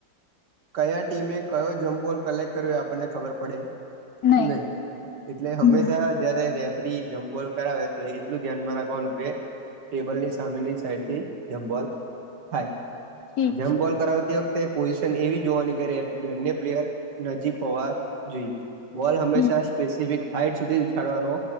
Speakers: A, on the right (about 70°); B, on the left (about 60°).
A: કયા ટીમે કયો જમ્પબોલ કલેક્ટ કર્યો એ આપણને ખબર પડે.
B: નહી
A: નઇ <unintelligible> એટલે
B: હમ
A: હંમેશા જયારે રેફરી જમ્પબોલ કરાવે તો એટલું ધ્યાનમાં રાખવાનું કે ટેબલની સામેની સાઈડથી જમ બોલ થાય
B: ઠીક
A: જમ્પ
B: છે
A: બોલ કરાવતી વખતે પોઝિશન એવી જોવાની કે બંને પ્લેયર નજીક હોવા જોઈએ. બોલ હંમેશા
B: હમ
A: સ્પેસિફિક હાઈટ સુધી ઉછાડવાનો.